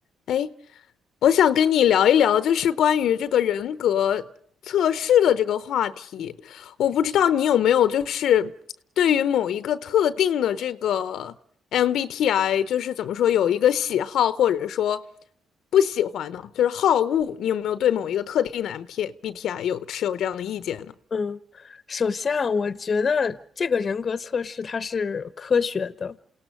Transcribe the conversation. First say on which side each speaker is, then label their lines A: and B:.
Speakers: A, on the left; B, on the left.
A: 哎，我想跟你聊一聊，就是关于这个人格测试的这个话题。我不知道你有没有，
B: 嗯
A: 就是对于某一个特定的这个 MBTI，就是怎么说，有一个喜好或者说不喜欢呢？就是好恶，你有没有对某一个特定的 MBTI t B T I 有持有这样的意见呢？
B: 嗯，首先啊，我觉得这个人格测试它是科学的，